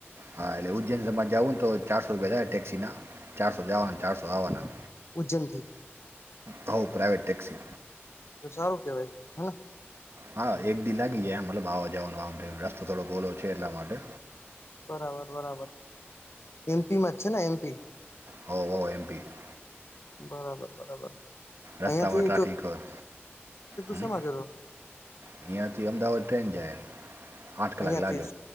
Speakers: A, on the right (about 70°); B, on the left (about 75°).
A: હા એટલે ઉજ્જૈન સમાજ જવું ને તો ચારસો રૂપિયા જાય ટેક્સીના ચારસો, જવાના ચારસો, આવવાના
B: ઉજ્જૈનથી
A: હા, પ્રાઇવેટ ટેક્સી
B: તો સારું કેવાય હેને
A: હા, એક દિવસ લાગી જાય મતલબ આવવા, જવાનો આમ રસ્તો થોડો ખોલો છે. એટલા માટે
B: બરાબર, બરાબર એમપીમાં જ છે ને એમપી?
A: હા, એમ પીમાં.
B: બરાબર, બરાબર.
A: રસ્તામાં
B: અહિયાંથી
A: ટ્રાફિક હોય. હમ
B: <unintelligible> હતો.
A: અહીંયાથી અમદાવાદ ટ્રેન જાય આઠ કલાક
B: અહીંયાથી
A: લાગે